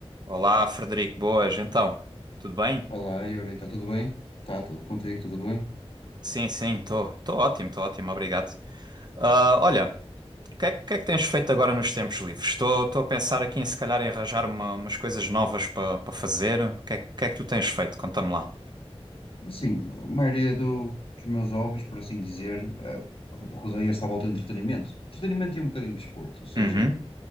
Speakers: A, on the right; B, on the left.
A: Olá, Frederico, boas, então, tudo bem?
B: Olá, Yuri, está tudo bem? Está tudo contigo, está tudo bem?
A: Sim, sim, estou ótimo, estou ótimo, obrigado. Ah,
B: Obrigado.
A: olha, o que é, que o que é que tens feito agora nos tempos livres? Estou a pensar aqui em se calhar em arranjar uma- umas coisas novas para fazer. O que é, que que é que tu tens feito? Conta-me lá.
B: Assim, a maioria do- dos meus hobbies, por assim dizer, é, repousei-se à volta do entretenimento. Entretenimento e um bocadinho de desporto, ou seja,
A: Uhum,